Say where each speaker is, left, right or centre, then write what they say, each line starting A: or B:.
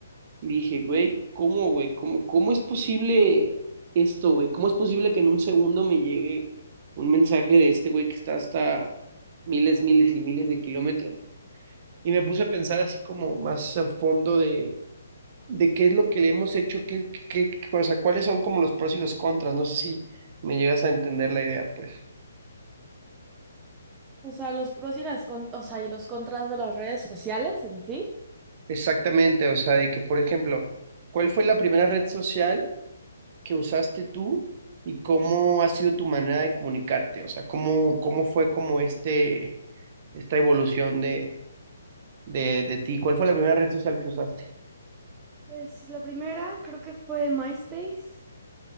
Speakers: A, on the right; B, on the right.
A: y dije, güey, ¿cómo, güey? ¿Cómo, cómo es posible esto, güey? ¿Cómo es posible que en un segundo me llegue un mensaje de este güey que está hasta miles, miles y miles de kilómetros? Y me puse a pensar así como más a fondo de, de qué es lo que le hemos hecho, qué, qué, qué- o sea, cuáles son como los pros y los contras. No sé si me llegas a entender la idea, pues.
B: O sea, los pros y las con- o sea, y los contras de las redes sociales en sí.
A: Exactamente, o sea, de que, por ejemplo, ¿cuál fue la primera red social que usaste tú y cómo ha sido tu manera de comunicarte? O sea, ¿cómo, cómo fue como este, esta evolución de, de, de ti? ¿Cuál fue la primera red social que usaste?
B: Pues la primera creo que fue MySpace.